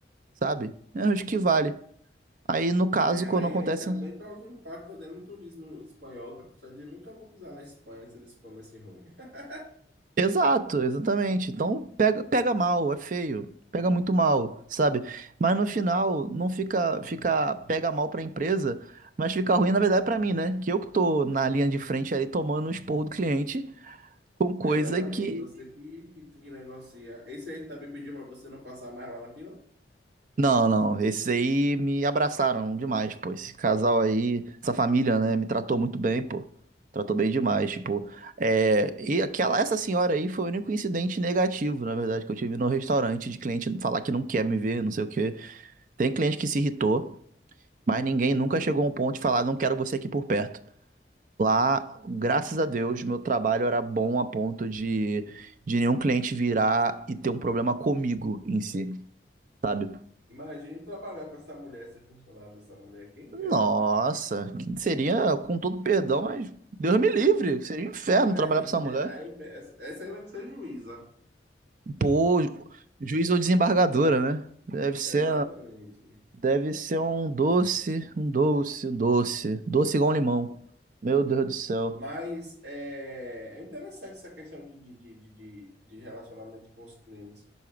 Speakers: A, on the right (about 45°); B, on the right (about 80°).
A: sabe? Eu acho que vale. Aí, no caso,
B: É,
A: quando
B: mas
A: acontece.
B: aí aí também
A: um
B: causa um impacto até no turismo espanhol, que a pessoa diz, nunca vou pisar na Espanha se eles comem esse ruim. <laughs>
A: Exato, exatamente. Então, pega, pega mal, é feio. Pega muito mal, sabe? Mas no final, não fica, fica pega mal pra empresa, mas fica ruim, na verdade, pra mim, né? Que eu que tô na linha de frente ali tomando o esporro do cliente com coisa
B: É Exatamente,
A: que
B: você que, que, que negocia. Esse aí também pediu para você não passar mais lá na fila?
A: Não, não. Esses aí me abraçaram demais, pô. Esse casal aí, essa família, né, me tratou muito bem, pô. Tratou bem demais, tipo. É... E aquela, essa senhora aí foi o único incidente negativo, na verdade, que eu tive no restaurante de cliente falar que não quer me ver, não sei o quê. Tem cliente que se irritou, mas ninguém nunca chegou a um ponto de falar, não quero você aqui por perto. Lá, graças a Deus, meu trabalho era bom a ponto de, de nenhum cliente virar e ter um problema comigo em si sabe?
B: Imagine trabalhar para essa mulher, ser funcionário dessa mulher, quem
A: Nossa,
B: quer?
A: que seria, com todo perdão, mas Deus me livre, seria um inferno
B: Imagine,
A: trabalhar pra essa mulher.
B: né? Aí, essa essa aí vai ser juíza.
A: Pô, ju- juiz ou desembargadora, né? Deve ser,
B: Exatamente.
A: deve ser um doce, um doce, um doce, doce igual um limão. Meu Deus do céu.
B: Mas é, é interessante essa questão de, de, de, de, de- de relacionamento com os clientes.